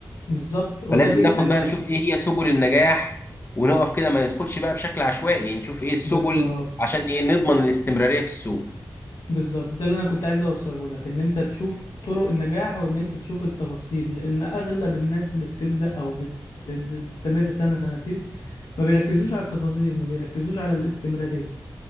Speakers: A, on the left (about 85°); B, on the left (about 30°).
A: بالظبط وده
B: فلازم
A: بيرجع
B: ناخد
A: ل
B: بقى نشوف ايه هي سبل النجاح ونقف كده ما ندخلش بقى بشكل عشوائي يعني نشوف ايه السبل
A: بالظبط
B: عشان ايه نضمن الاستمرارية في السوق
A: بالظبط ده اللي انا كنت عايز اوصله لك ان انت تشوف طرق النجاح وان انت تشوف التفاصيل لان اغلب الناس اللي بتبدا او بت... بتستمر سنه سنتين ما بيركزوش على التفاصيل ما بيركزوش على الاستمراريه